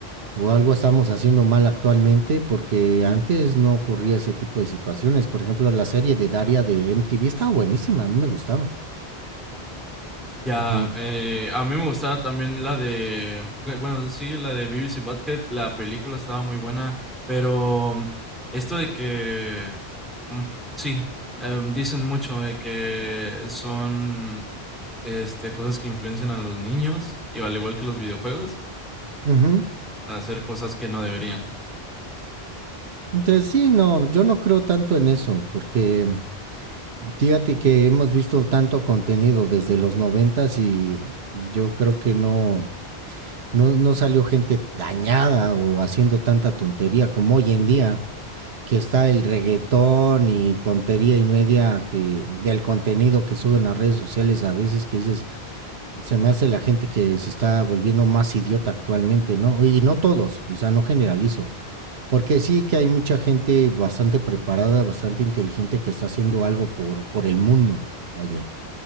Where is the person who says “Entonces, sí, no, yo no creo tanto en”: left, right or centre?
Right